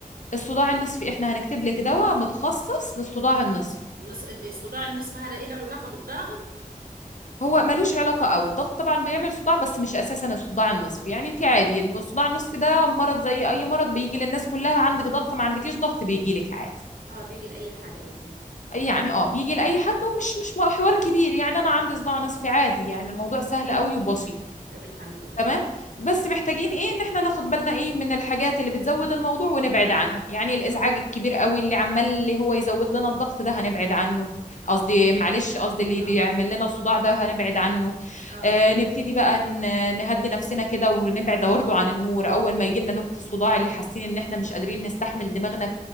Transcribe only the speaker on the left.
الصداع النصفي احنا هنكتب لك دواء متخصص للصداع النصفي
هو ملوش علاقة قوي الضغط طبعا بيعمل صداع بس مش أساسا الصداع النصفي يعني انت عادي الصداع النصفي ده مرض زي أي مرض بيجي للناس كلها عندك ضغط ما عندكيش ضغط بيجي لك عادي
يعني اه بيجي لأي حد ومش مش حوار كبير يعني أنا عندي صداع نصفي عادي يعني الموضوع سهل قوي وبسيط
تمام بس محتاجين ايه ان احنا ناخد بالنا ايه من الحاجات اللي بتزود الموضوع ونبعد عنها يعني الازعاج
الكبير قوي اللي عمال اللي هو يزود لنا الضغط ده هنبعد عنه
قصدي
معلش قصدي اللي
بيعمل
لنا الصداع ده هنبعد عنه
آه نبتدي بقى ن- نهدي نفسنا كده ونبعد برضه عن النور اول ما يجي لنا نوبة الصداع اللي حاسين ان احنا مش قادرين نستحمل دماغنا